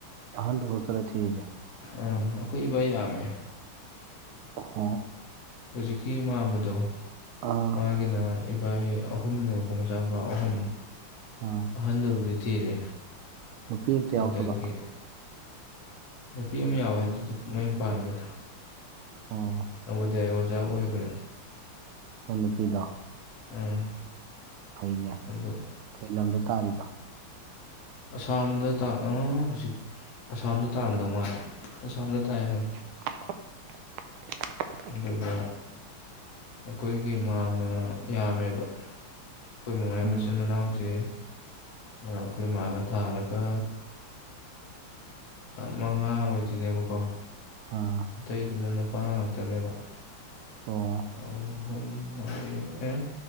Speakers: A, on the right; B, on the left.
A: ꯑꯍꯟꯗꯨ ꯈꯥꯛꯇꯔ ꯊꯤꯔꯤꯖꯦ꯫
B: ꯎꯝ ꯑꯩꯈꯣꯏ ꯏꯕꯥ ꯌꯥꯝꯃꯦ꯫
A: ꯍꯣ
B: ꯍꯧꯖꯤꯛꯀꯤ ꯃꯥꯝꯃꯗꯣ
A: ꯑꯥ
B: ꯃꯥꯒꯤꯅ꯫ ꯏꯕꯥꯏ ꯑꯍꯨꯝꯅꯦꯕꯀꯣ ꯃꯆꯥ ꯃꯨꯄꯥ ꯑꯍꯨꯝ꯫
A: ꯎꯝ
B: ꯑꯍꯟꯗꯨꯕꯨꯗꯤ ꯊꯤꯔꯦ꯫
A: ꯅꯨꯄꯤ ꯑꯃꯇ
B: ꯑꯗꯒꯤ
A: ꯌꯥꯎꯗꯕ꯫
B: ꯅꯨꯄꯤ ꯑꯃ ꯌꯥꯎꯋꯦ ꯑꯗꯨꯗꯤ ꯃꯌꯨꯝ ꯄꯥꯟꯈ꯭ꯔꯦꯗ
A: ꯑꯣ
B: ꯅꯕꯣꯗꯤꯌꯥꯒꯤ ꯑꯣꯖꯥ ꯑꯣꯏꯈ꯭ꯔꯦ꯫
A: ꯑꯣ ꯅꯨꯄꯤꯗꯣ꯫
B: ꯎꯝ꯫
A: ꯐꯩꯅꯦ꯫
B: ꯑꯗꯨ
A: ꯀꯩ ꯂꯝꯗ ꯇꯥꯔꯤꯕ꯫
B: ꯑꯁꯥꯝꯗ ꯇꯥ ꯑꯥ ꯍꯧꯖꯤꯛ ꯑꯁꯥꯝꯗ ꯇꯥꯔꯝꯗꯧ ꯃꯥꯜꯂꯦ ꯑꯁꯥꯝꯗ ꯇꯥꯏ ꯍꯥꯏꯕꯅꯦ꯫
A: <inaudible>
B: ꯑꯗꯨꯒ ꯑꯩꯈꯣꯏꯒꯤ ꯃꯥꯝꯃ ꯌꯥꯝꯃꯦꯕ꯫ ꯑꯩꯈꯣꯏ ꯃꯃꯥꯏ
A: ꯎꯝ
B: ꯃꯆꯤꯟ ꯃꯅꯥꯎꯁꯦ ꯑꯩꯈꯣꯏ ꯃꯥꯒ ꯊꯥꯔꯒ꯫ ꯃꯉꯥ ꯑꯣꯏꯗꯣꯏꯅꯦꯕꯀꯣ꯫
A: ꯑꯥ꯫
B: ꯑꯇꯩꯗꯨꯅ ꯅꯨꯄꯥ ꯉꯥꯛꯇꯅꯦꯕ꯫
A: ꯑꯣ꯫
B: ꯑꯍꯨꯝ ꯃꯥꯔꯤ ꯑꯦ